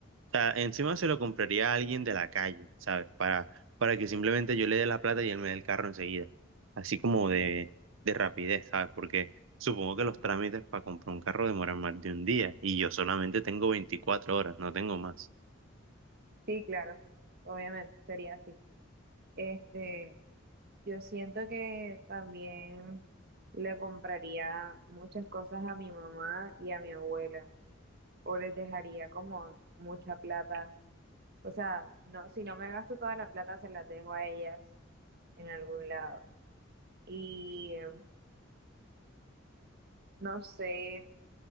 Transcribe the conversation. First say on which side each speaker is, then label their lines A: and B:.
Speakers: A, on the right; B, on the right.
A: O sea, encima se lo compraría a alguien de la calle, ¿sabes? Para, para que simplemente yo le dé la plata y él me dé el carro enseguida. Así como de, de rapidez, ¿sabes? Porque supongo que los trámites para comprar un carro demoran más de un día y yo solamente tengo 24 horas, no tengo más.
B: Sí, claro, obviamente, sería así. Este, yo siento que también le compraría muchas cosas a mi mamá y a mi abuela, o les dejaría como mucha plata. O sea, no, si no me gasto toda la plata, se las dejo a ellas en algún lado. Y eh, no sé,